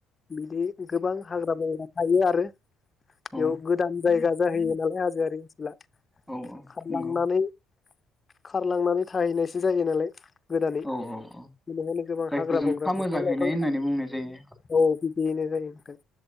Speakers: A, on the left; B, in the centre.
A: बिदि गोबां हाग्रा बंग्रा ए आरो एयाव
B: औ
A: गोदान जायगा जाहैयो नालाय हाजोआरि ओन सोला
B: औ औ
A: खारलांनानै
B: नंगौ
A: खारलांनानै थाहैनायसो जायो नालाय गोदानै
B: औ औ औ
A: बेनिखायनो गोबां
B: जायखौ
A: हाग्रा
B: जों
A: बंग्रा
B: फामो
A: दंफां
B: जाहैनाय
A: लाइफां
B: होननानै बुंनाय जायो
A: औ बिदियैनो जायो